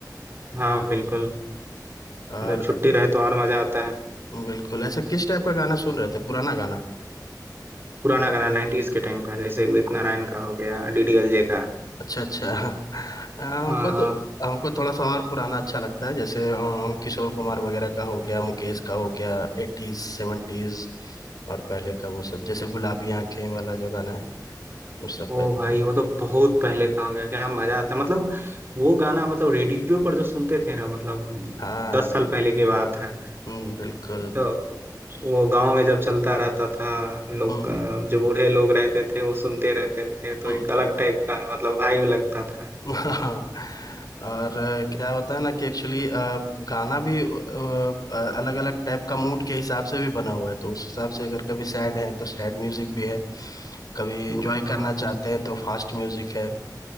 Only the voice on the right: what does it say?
हाँ बिल्कुल
जब छुट्टी रहे तो और मजा आता है
पुराना गाना नाइन्टीज के टाइम का जैसे उदित नारायण का हो गया डी डी एल जे का
हाँ
ओ
भाई
वो तो बहुत पहले का हो गया क्या मजा आता मतलब वो गाना मतलब रेडियो पर जो सुनते थे ना मतलब
दस साल पहले की बात है
तो वो गांव में जब चलता रहता था लोग
अ, जो बूढ़े लोग रहते थे वो सुनते रहते थे तो
एक अलग टाइप का मतलब वाइब लगता था
हाँ